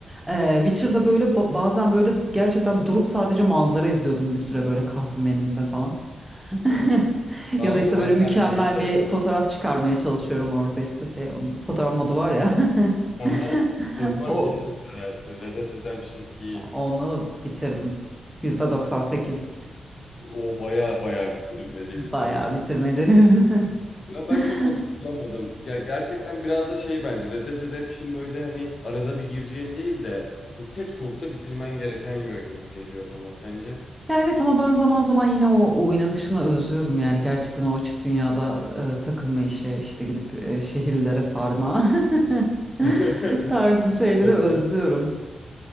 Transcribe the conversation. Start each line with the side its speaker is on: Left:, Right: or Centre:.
Centre: e, Witcher'da böyle ba- bazen böyle gerçekten durup sadece manzara izliyordum bir süre böyle kahvem elimde falan. <laughs>
Left: Aa,
Centre: Ya da
Left: o
Centre: işte
Left: zaman
Centre: böyle
Left: sen
Centre: mükemmel
Left: şeyi de.
Centre: bir fotoğraf çıkarmaya çalışıyorum orada işte şey onun fotoğraf modu var ya.
Left: Aha.
Centre: <laughs>
Left: Sen O zaman
Centre: O
Left: şeyi de çok seversin. Red Dead Redemption 2'yi.
Centre: onu bitirdim. %98
Left: O baya baya bitirmeceli
Centre: bayağı
Left: senin.
Centre: bitirmecenin.
Left: Ya ben
Centre: <laughs>
Left: çok vakit bulamadım. Ya gerçekten biraz da şey bence Red Dead Redemption böyle hani arada bir gireceğin değil de böyle tek solukta bitirmen gereken bir oyun gibi geliyor bana sence.
Centre: Ya evet ama ben zaman zaman yine o o oynanışını özlüyorum yani gerçekten o açık dünyada e, takılma işi işte gidip e, şehirlere sarma <laughs>
Left: <laughs>
Centre: tarzı şeyleri
Left: Ne
Centre: özlüyorum.